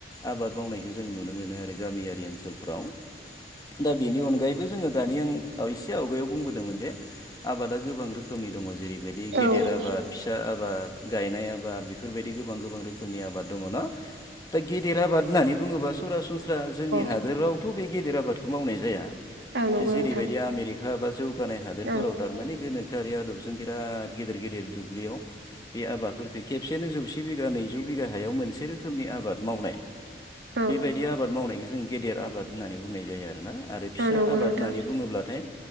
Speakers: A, on the left; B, on the right.
A: आबाद मावनायखौ जों नुनो मोनो आरो गामियारि ओनसोलफ्राव दा बेनि अनगायैबो जोङो दानि आं औ इसे आवगायाव बुंबोदोंमोन जे आबादा गोबां रोखोमनि दङ जेरैबायदि
B: औ
A: गेदेर आबाद फिसा आबाद गायनाय आबाद बेफोरबायदि गोबां गोबां रोखोमनि आबाद दङ ना दा गेदेर आबाद होननानै बुङोबा सरासनस्रा जोंनि हादोरावथ'
B: औ
A: बे गेदेर आबादखौ मावनाय जाया
B: नंगौ
A: जेरैबायदि
B: नोंथां
A: आमेरिका बा जौगानाय हादोरफोराव
B: औ
A: टारमाने गोनो खोआरि आदबजों बिराद गेदेर गेदेर दुब्लियाव बे आबादफोरफोरखो खेबसेनो जौसे बिगा नैजौ बिगा हायाव मोनसे रोखोमनि आबाद मावनाय
B: औ
A: बेबाय दि आबाद मावनायखौ जों गेदेर आबाद होननानै बुंनाय जायो आरोना आरो फिसा
B: नंगौ
A: आबाद
B: नोंथां
A: होननानै बुङोब्लाथाय